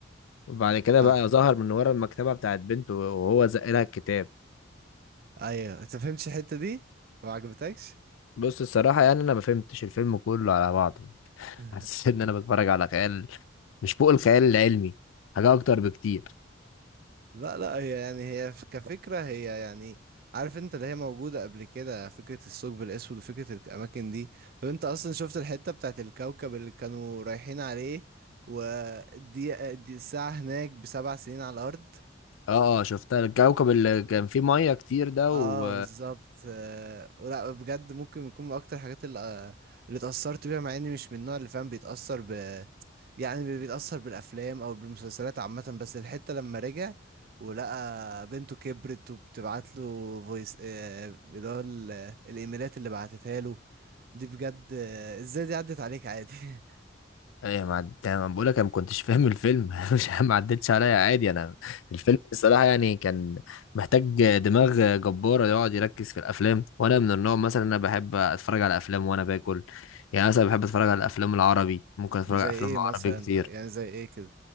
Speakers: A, on the left (about 85°); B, on the right (about 50°).
A: وبعد كده
B: آه.
A: بقى ظهر من ورا المكتبه بتاعت بنته وهو زق لها الكتاب
B: ايوه انت فهمتش الحتة دي ما عجبتكش
A: بص الصراحه يعني انا ما فهمتش الفيلم كله على بعضه
B: <laughs>
A: حسيت ان انا بتفرج على خيال مش فوق الخيال العلمي حاجه اكتر بكتير
B: لا لا هي يعني هي ف- كفكرة هي يعني عارف انت اللي هي موجودة قبل كده فكرة الثقب الأسود وفكرة الأماكن دي طب انت أصلا شفت الحتة بتاعت الكوكب اللي كانوا رايحين عليه ودي دي الساعة هناك بسبع سنين على الأرض
A: اه اه شفتها الكوكب اللي كان فيه ميه كتير ده
B: اه
A: و
B: بالظبط آه، ولا بجد ممكن يكون من اكتر الحاجات اللي آه، اللي اتأثرت بيها مع اني مش من النوع اللي فاهم بيتأثر ب يعني بي- بيتأثر بالافلام او بالمسلسلات عامة بس الحتة لما رجع ولقى بنته كبرت وبتبعت له فويس آه، اللي هو ال- الايميلات اللي بعتتها له دي بجد آه، ازاي دي عدت عليك عادي <laughs>
A: ايه ما عد- ما بقول لك انا ما كنتش فاهم الفيلم <laughs> مش ما عدتش عليا عادي انا الفيلم الصراحه يعني كان محتاج دماغ جباره يقعد يركز في الافلام وانا من النوع مثلا انا بحب اتفرج على افلام وانا باكل يعني مثلا بحب اتفرج على
B: مم.
A: الافلام العربي ممكن اتفرج
B: زي
A: على افلام
B: ايه
A: عربي
B: مثلا
A: كتير
B: يعني زي ايه كده